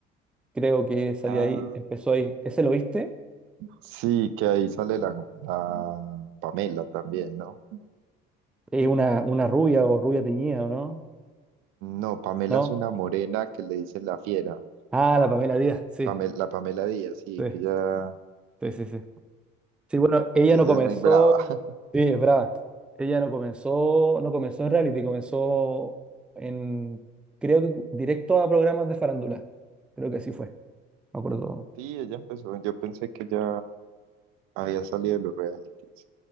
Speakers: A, in the centre; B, on the right.
A: creo que salió
B: Ah,
A: ahí, empezó ahí. ¿Ese lo viste?
B: Sí, que ahí sale la, la Pamela también, ¿no?
A: Eh, una, una rubia o rubia teñida, ¿o ¿no?
B: No, Pamela
A: ¿No?
B: es una morena que le dicen la fiera.
A: Ah, la Pamela Díaz, sí,
B: Pame- la Pamela Díaz, sí,
A: sí,
B: que ella,
A: sí, sí, sí. Sí, bueno, ella
B: que
A: no
B: ella
A: comenzó,
B: es muy brava. <laughs>
A: sí, es brava. Ella no comenzó, no comenzó en reality, comenzó en, creo que directo a programas de farándula. Creo que así fue, me acuerdo.
B: Sí, ella empezó, yo pensé que ya había salido de los realities.